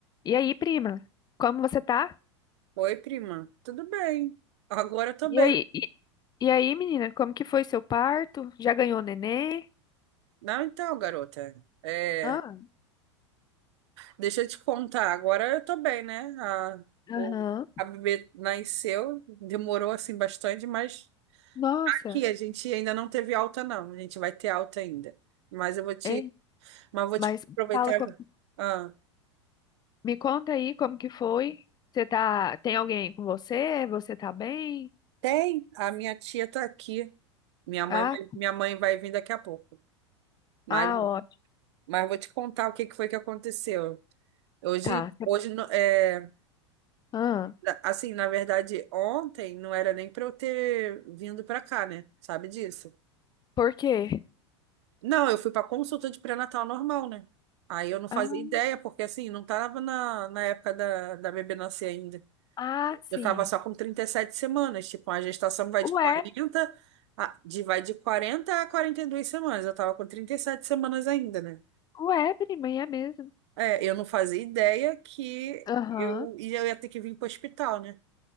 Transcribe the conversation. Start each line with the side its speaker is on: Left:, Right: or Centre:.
Left: E aí, prima? Como você tá?
Right: Oi, prima. Tudo bem? Agora eu tô bem.
Left: E aí, e, e aí, menina, como que foi seu parto? Já ganhou nenê?
Right: Não, então, garota. É,
Left: Ah,
Right: deixa eu te contar. Agora eu tô bem, né? A,
Left: aham.
Right: o, a bebê nasceu, demorou assim bastante, mas
Left: Nossa.
Right: aqui a gente ainda não teve alta, não. A gente vai ter alta ainda. Mas eu vou te,
Left: Ei,
Right: mas vou te
Left: mas
Right: aproveitar.
Left: fala, como-
Right: Ah,
Left: me conta aí como que foi? Você tá, tem alguém com você? Você tá bem?
Right: tem? A minha tia tá aqui. Minha mãe,
Left: Ah,
Right: vai- minha mãe vai vir daqui a pouco. Mas,
Left: ah, ótimo.
Right: mas vou te contar o que que foi que aconteceu. Hoje,
Left: Tá.
Right: hoje, no- é.
Left: Ah,
Right: Assim, na verdade, ontem não era nem para eu ter vindo para cá, né? Sabe disso?
Left: por quê?
Right: Não, eu fui para consulta de pré-natal normal, né? Aí eu não fazia
Left: Ah,
Right: ideia, porque assim, não tava na, na época da, da bebê nascer ainda.
Left: ah, sim.
Right: Eu tava só com 37 semanas, tipo, a gestação vai
Left: Ué,
Right: de 40 a, de, vai de quarenta a 42 semanas. Eu tava com 37 semanas ainda, né?
Left: ué, prima, é mesmo.
Right: É, eu não fazia ideia que
Left: Aham,
Right: eu, e eu ia ter que vir para o hospital, né?